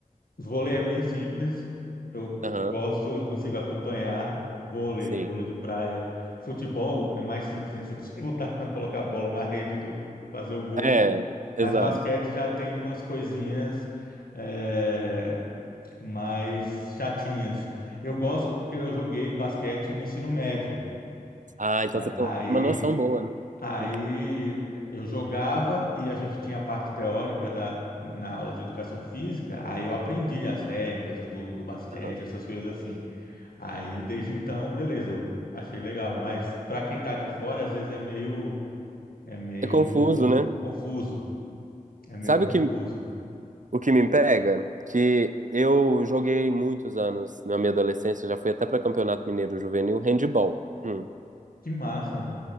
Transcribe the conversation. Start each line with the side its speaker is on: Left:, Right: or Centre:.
Left: Vôlei é bem simples. Eu
Right: Aham,
Left: gosto, eu consigo acompanhar vôlei,
Right: sim.
Left: vôlei de praia. Futebol é mais simples, hein? Você precisa botar, <laughs> colocar a bola na rede do fazer o gol.
Right: É,
Left: Mas
Right: exato.
Left: basquete já tem umas coisinhas é, mais chatinhas. Eu gosto porque eu joguei basquete no ensino médio.
Right: Ah, então você tem
Left: Aí
Right: uma noção boa, né?
Left: Aí
Right: Hum,
Left: eu jogava e a gente tinha a parte teórica da, na aula de educação física, aí eu aprendi as regras do, do basquete,
Right: tá.
Left: essas coisas assim. Aí desde então, beleza, eu achei legal, mas para quem tá de fora, às vezes é meio é meio
Right: É confuso, né?
Left: confuso, é meio
Right: Sabe
Left: confuso.
Right: o que, o que me pega? Que eu joguei muitos anos na minha adolescência, já fui até para Campeonato Mineiro Juvenil, handball. Hum.
Left: Que massa.